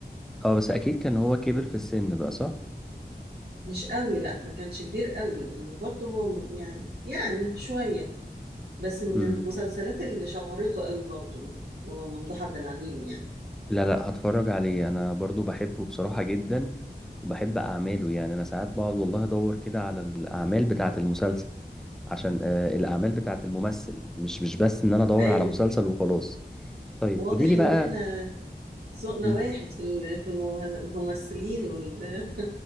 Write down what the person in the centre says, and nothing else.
اه بس اكيد كان هو كبر في السن بقى صح
امم
لا لا هتفرج عليه انا برضو بحبه بصراحة جدا وبحب اعماله يعني انا ساعات بقعد والله ادور كده على الاعمال بتاعة المسلسل عشان آه الاعمال بتاعة الممثل مش مش بس ان انا ادور
على مسلسل وخلاص طيب
قولي لي بقى
مم.